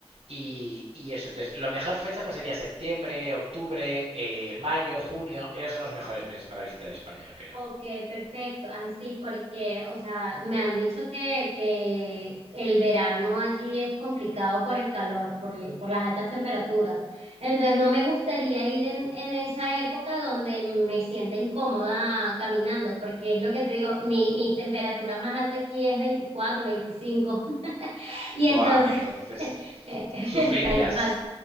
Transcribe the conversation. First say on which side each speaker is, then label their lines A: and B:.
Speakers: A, on the right (about 70°); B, on the right (about 90°).
A: Y, y eso, entonces, lo mejor fecha pues sería septiembre, octubre, eh, mayo, junio. Esos son los mejores meses para visitar España, yo creo.
B: Ok, perfecto. Ay, sí, porque, o sea, me han dicho que, que el verano allí es complicado por el calor, por, el- por las altas temperaturas. Entonces, no me gustaría ir en, en esa época donde me sienta incómoda caminando, porque es lo que te digo, mi, mi temperatura más alta aquí es 24 25 <laughs> Y
A: Buah,
B: entonces
A: entonces,
B: Eh, <laughs>
A: sufrirías
B: Está el paso.